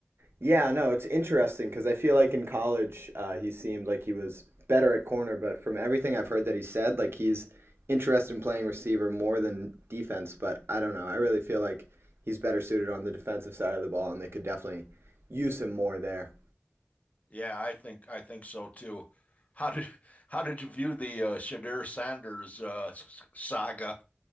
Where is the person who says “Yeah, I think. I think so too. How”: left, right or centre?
Left